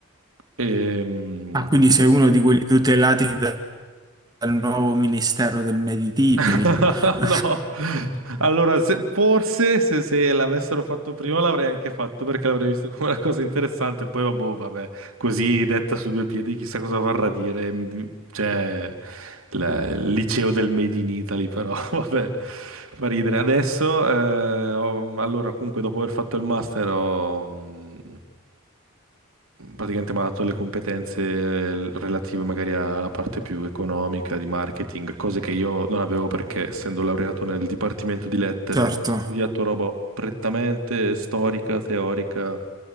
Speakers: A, on the right; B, on the right.
A: e,
B: Ah, quindi sei uno di quelli tutelati da- dal nuovo Ministero del Made in Italy.
A: <laughs>
B: <laughs>
A: No, allora se- forse se, se l'avessero fatto prima l'avrei anche fatto perché l'avrei visto come una cosa interessante. Poi vabbò, vabbè, così detta su due piedi, chissà cosa vorrà dire. m- Cioè, la- il liceo del Made in Italy, però <laughs> vabbè, fa ridere. Adesso, eh, ho- allora, comunque, dopo aver fatto il master, ho, mh, praticamente mi ha dato le competenze eh, relative magari alla parte più economica, di marketing, cose che io non avevo perché essendo laureato nel dipartimento di lettere
B: Certo,
A: ho studiato roba prettamente storica, teorica